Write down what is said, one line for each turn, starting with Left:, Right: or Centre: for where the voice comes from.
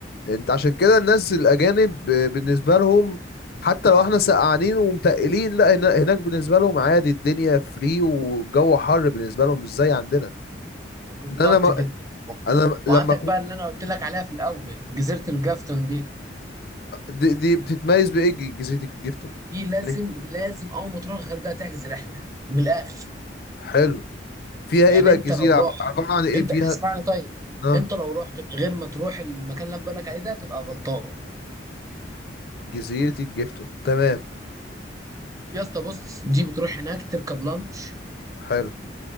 Left: انت عشان كده الناس الأجانب ب- بالنسبة لهم حتى لو احنا سقعانين ومتقلين لا هنا- هناك بالنسبة لهم عادي الدنيا فري والجو حر بالنسبة لهم مش زي عندنا
Right: بالظبط
Left: ان انا ما
Right: كده
Left: انا
Right: وعندك
Left: لما كنت
Right: بقى اللي انا قلت لك عليها في الاول جزيره الجافتون دي
Left: دي, دي بتتميز بايه جزيرة الجيفتون
Right: دي لازم
Left: يعني
Right: لازم اول ما تروح الغردقه تحجز رحله من الاخر
Left: حلو فيها ايه
Right: يعني
Left: بقى
Right: انت
Left: الجزيرة
Right: لو
Left: عب-
Right: رحت
Left: عبارة عن ايه
Right: انت
Left: فيها
Right: اسمعني طيب
Left: اه
Right: انت لو رحت من غير ما تروح المكان اللي انا بقول لك عليه ده تبقى غلطان
Left: جزيرة الجيفتون تمام
Right: يا اسطى بص دي بتروح هناك تركب لانش
Left: حلو